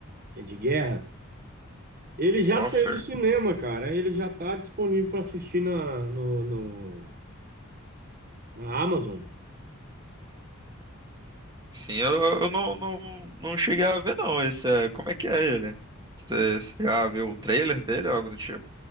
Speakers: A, on the right (about 45°); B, on the right (about 20°).
A: que é de guerra. Ele já
B: Warfare?
A: saiu do cinema, cara. Ele já tá disponível pra assistir na, no, no- na Amazon.
B: Sim, eu, eu não, não, não cheguei a ver não. Esse é, como é que é ele? Você, você já viu o trailer dele ou algo do tipo?